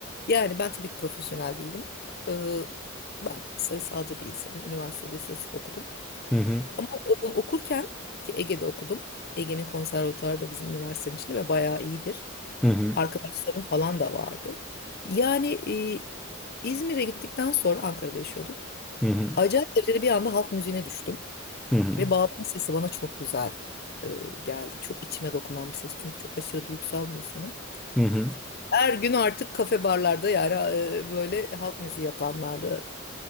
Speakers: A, on the left; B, in the centre.
A: Yani ben tabii ki profesyonel değilim. E, ben sayısalcı bir insanım. Üniversitede istatistik okudum.
B: Hı hı.
A: Ama e, okurken ki Ege'de okudum. Ege'nin konservatuarı da bizim üniversitenin içinde ve bayağı iyidir.
B: Hı hı.
A: Arkadaşlarım falan da vardı. Yani e, İzmir'e gittikten sonra Ankara'da yaşıyordum.
B: Hı hı.
A: Acayip derecede bir anda halk müziğine düştüm.
B: Hı hı.
A: Ve bağlama sesi bana çok güzel e, geldi. Çok içime dokunan bir ses. Çünkü çok aşırı duygusal bir insanım.
B: Hı hı.
A: Her gün artık kafe barlarda yani e, böyle halk müziği yapanlarda